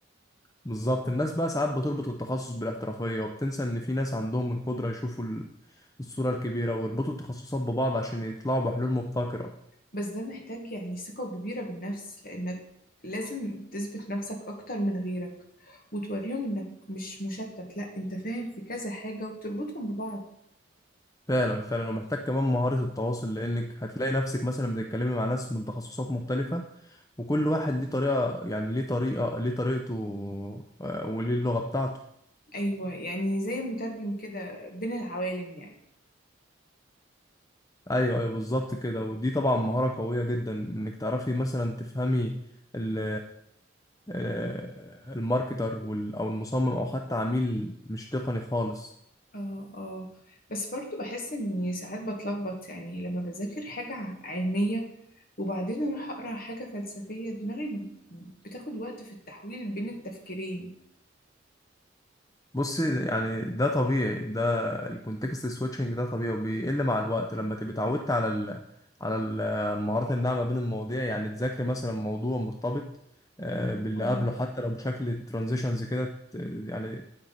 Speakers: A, on the left; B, on the left.
A: بالظبط الناس بقى ساعات بتربط التخصص بالاحترافية وبتنسى ان في ناس عندهم القدرة يشوفوا ال- الصورة الكبيرة ويربطوا التخصصات ببعض عشان يطلعوا بحلول مبتكرة
B: بس ده محتاج يعني ثقة كبيرة بالنفس لأنك لازم تثبت نفسك أكتر من غيرك وتوريهم إنك مش مشتت لأ أنت فاهم في كذا حاجة وبتربطهم ببعض
A: فعلا فعلا ومحتاج كمان مهارة التواصل لانك هتلاقي نفسك مثلا بتتكلمي مع ناس من تخصصات مختلفة وكل واحد ليه طريقة يعني ليه طريقة ليه طريقته آه، وليه اللغة بتاعته
B: أيوة يعني زي مترجم كده بين العوالم يعني
A: ايوه ايوه بالظبط كده ودي طبعا مهارة قوية جدا انك تعرفي مثلا تفهمي ال آه، الماركتر وال- او المصمم او حتى عميل مش تقني خالص
B: اه اه بس برضو بحس إني ساعات بتلخبط يعني لما بذاكر حاجة ع- علمية وبعدين أروح أقرأ حاجة فلسفية دماغي بتاخد وقت في التحويل بين التفكيرين
A: بصي يعني ده طبيعي ده الكونتكست سويتشنج ده طبيعي وبيقل مع الوقت لما تبقي اتعودت على ال على ال- المهارات الناعمة بين المواضيع يعني تذاكري مثلا موضوع مرتبط آه، باللي
B: اه
A: قبله حتى لو بشكل ترانزيشنز كده ت- يعني